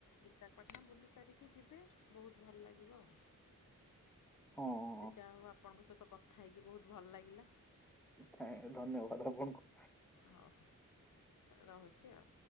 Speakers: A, on the left; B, in the centre.
A: ବିଶାଖପାଟନା ବୁଲି ସାରିକି ଯିବେ ବହୁତ ଭଲ ଲାଗିବ ଆଉ।
B: ହଁ ହଁ
A: ସେ ଯାହା ହଉ ଆପଣଙ୍କ ସହିତ କଥା ଥା ହେଇକି ବହୁତ ଭଲ ଲାଗିଲା।
B: ଥା-ଧନ୍ୟବାଦ ଆପଣଙ୍କୁ।
A: ହଉ ରହୁଛି ଆଉ।